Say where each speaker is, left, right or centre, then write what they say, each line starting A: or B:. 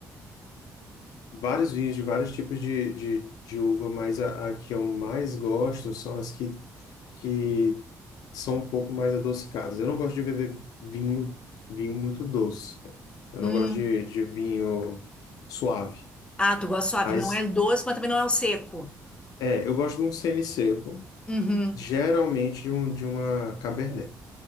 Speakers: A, on the left (about 80°); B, on the left (about 15°).
A: vários vinhos de vários tipos de, de, de uva, mas a, a que eu mais gosto são as que, que são um pouco mais adocicadas. Eu não gosto de beber vinho, vinho muito doce. Eu não
B: Hum.
A: gosto de, de vinho suave.
B: Ah, tu gosta suave,
A: Mas
B: não é doce, mas também não é o seco.
A: é, eu gosto de um semi-seco,
B: Uhum.
A: geralmente de, um, de uma Cabernet.